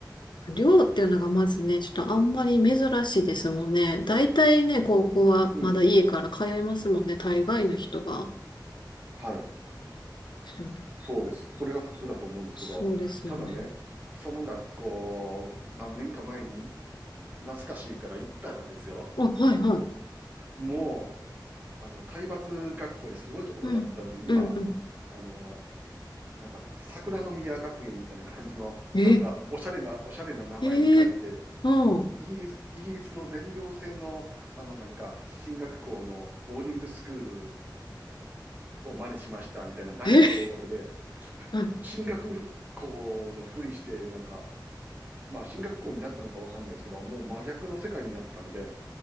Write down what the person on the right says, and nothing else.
うん、
はい、
そうです。それが普通だと思うんですけど、
ただね、その学校、何年か前に懐かしいから行ったらですよ、
もう、あの、体罰学校ですごいところだったのに、
今、
あの、なんか、桜の宮学園みたいな感じの、
なんか、おしゃれな、おしゃれな名前に書いて、
イギリス、イギリスの全寮制の、あの、なんか、進学校のボーディングスクールを真似しましたみたいな男女共学で、
進学校のふりして、なんか、まあ、進学校になったのかわかんないですけど、もう真逆の世界になってたので、